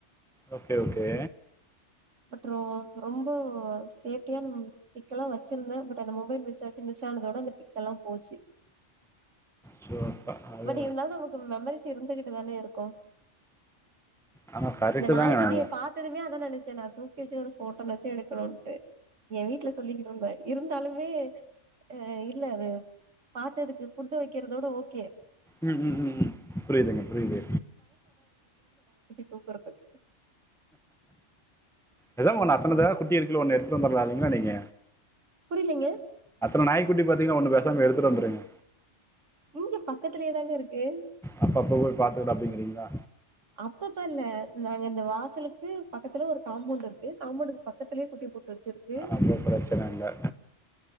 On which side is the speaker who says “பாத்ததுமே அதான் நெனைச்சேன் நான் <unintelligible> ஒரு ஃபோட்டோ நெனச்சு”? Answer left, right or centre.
Right